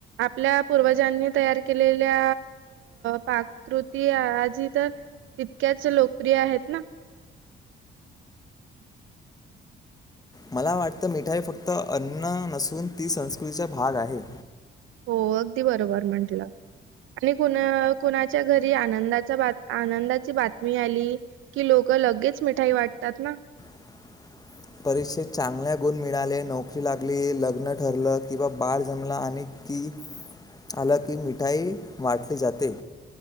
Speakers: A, on the right; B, on the left.
A: आपल्या पूर्वजांनी तयार केलेल्या पाकृती आजी तर तितक्याच लोकप्रिय आहेत ना.
B: मला वाटतं मिठाई फक्त अन्न नसून ती संस्कृतीचा भाग आहे.
A: हो अगदी बरोबर म्हटलं. आणि कुणा कुणाच्या घरी आनंदा आनंदाची बातमी आली की लोक लगेच मिठाई वाटतात ना.
B: <unintelligible> परीक्षेत चांगल्या गुण मिळाले नोकरी लागली लग्न ठरलं किंवा बाळ जमलं आणि कि आलं की मिठाई वाटली जाते.